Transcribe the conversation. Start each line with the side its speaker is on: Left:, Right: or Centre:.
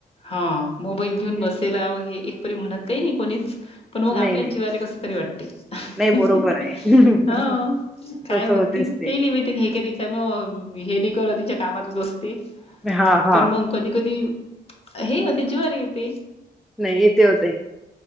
Left: हा मोबाईल घेऊन
Centre: हं,
Left: बसेल्यावर हे एक तरी म्हणत काही नाही कोणीच पण म आपल्याच
Centre: नाही नाही
Left: जीवाले कसं तरी वाटते अ
Centre: नाही
Left: हं
Centre: बरोबर
Left: हं हं.
Centre: आहे
Left: हाव काय
Centre: तस
Left: म्हणतील
Centre: होतेच ते
Left: तेईले काय माहिती हे काय रिकामं हे नाय करत तिच्या कामातच असते
Centre: हा हा
Left: पण मंग कधी कधी हे होते जीवावर येते.
Centre: नाही येते ओ ताई.